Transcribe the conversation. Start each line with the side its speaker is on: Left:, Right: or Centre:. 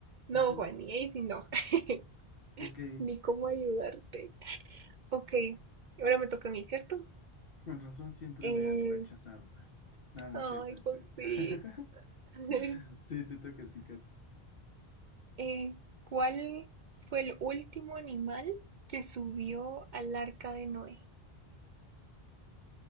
Right: No,
Left: Ujú.
Right: Juan, y ahí sí no. <laughs>
Left: Ok,
Right: Ni cómo ayudarte. Ok, ahora me toca a mí, ¿cierto?
Left: con razón siempre
Right: Eh,
Left: me han rechazado. No, no
Right: ay,
Left: es cierto, este.
Right: pues sí.
Left: <laughs>
Right: <laughs>
Left: Sí, te toca a ti, Kat.
Right: Eh, ¿cuál fue el último animal que subió
Left: Ujú.
Right: al arca de Noé?